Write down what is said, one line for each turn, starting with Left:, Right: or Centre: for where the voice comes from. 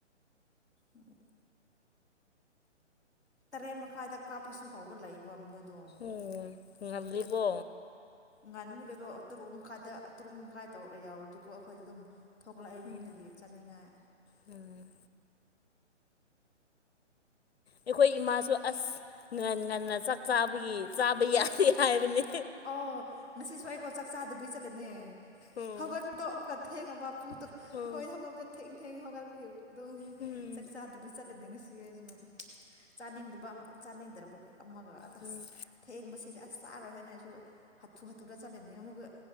Centre: ꯎꯝ ꯇꯔꯦꯠ ꯃꯈꯥꯏꯗ ꯀꯥꯞꯄꯁꯨ ꯍꯥꯎꯕ ꯂꯩꯌꯦꯕ ꯃꯣꯏꯗꯣ
Left: ꯎ ꯉꯜꯂꯤꯀꯣ
Centre: ꯉꯥꯟꯕꯒꯤꯦꯗꯣ ꯇꯔꯨꯛ ꯃꯈꯥꯏꯗ ꯇꯔꯨꯛ ꯃꯈꯥꯏ ꯇꯧꯔ ꯌꯥꯎꯔꯗꯤꯀꯣ ꯑꯩꯈꯣꯏꯗ ꯑꯗꯨꯝ ꯊꯣꯛꯂꯛꯑꯦ
Left: ꯎꯝ
Centre: ꯌꯨꯝꯗꯒꯤ ꯆꯠꯅꯤꯡꯉꯥꯏ
Left: ꯎꯝ ꯑꯩꯈꯣꯏ ꯏꯃꯥꯁꯨ ꯑꯁ ꯉꯟ ꯉꯟꯅ ꯆꯥꯛ ꯆꯥꯕꯒꯤ ꯆꯥꯕ ꯌꯥꯗꯦ ꯍꯥꯏꯕꯅꯤ
Centre: ꯑꯣ ꯉꯁꯤꯁꯨ ꯑꯩꯀꯣ ꯆꯥꯛ ꯆꯥꯗꯕꯤ ꯆꯠꯂ ꯭ꯂꯦ
Left: ꯎꯝ
Centre: ꯍꯧꯒꯣ ꯊꯦꯡꯒꯕꯕꯥꯄꯨꯡ
Left: ꯎꯝ
Centre: ꯈꯣꯏ ꯊꯕꯕ ꯊꯦꯡ ꯊꯦꯡ ꯍꯣꯒꯕꯨꯒꯤ ꯑꯗꯣ
Left: ꯎꯝ
Centre: ꯆꯛ ꯆꯥꯗꯕꯤ ꯆ ꯍꯜꯍꯅꯤꯡꯉꯤꯁꯤ ꯑꯩꯁꯨ ꯆꯥꯅꯤꯡꯗꯕ ꯆꯥꯅꯤꯡꯗ꯭ꯔꯕ ꯑꯃꯒ ꯑꯁ
Left: ꯎꯝ
Centre: ꯊꯦꯡꯕꯁꯤ ꯑꯁꯥꯔꯣ ꯍꯦꯅ ꯍꯥꯊꯨ ꯍꯥꯊꯨꯔꯥ ꯆꯂꯦꯅꯦ ꯃꯒ